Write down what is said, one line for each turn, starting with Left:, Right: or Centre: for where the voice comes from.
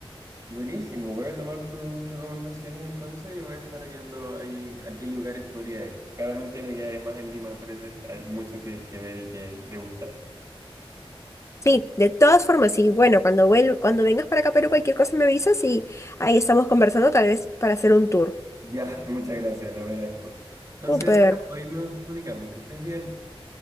Right: Buenísimo. Voy a tomar tus recomendaciones entonces y voy a estar viendo ahí a qué lugares podría ir. Claramente me quedaré más en Lima, al parecer. Hay mucho que, que ver y que degustar.
Left: Sí, de todas formas, y bueno, cuando vuel- cuando vengas para acá a Perú, cualquier cosa me avisas y ahí estamos conversando tal vez para hacer un tour.
Right: Ya, <laughs> muchas gracias, lo agradezco. Entonces,
Left: Súper.
Right: hoy nos comunicamos. Que estés bien.